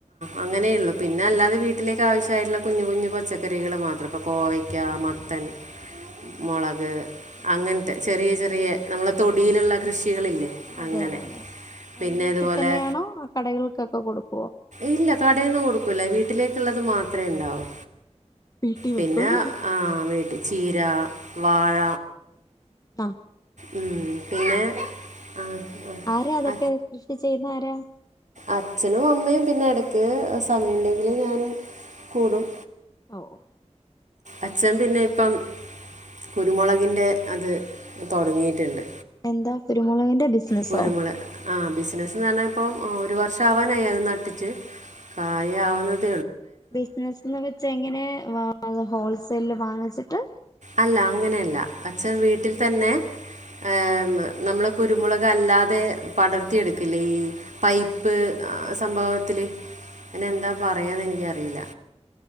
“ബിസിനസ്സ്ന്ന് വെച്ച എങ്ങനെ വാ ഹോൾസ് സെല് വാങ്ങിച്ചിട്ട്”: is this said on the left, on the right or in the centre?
Left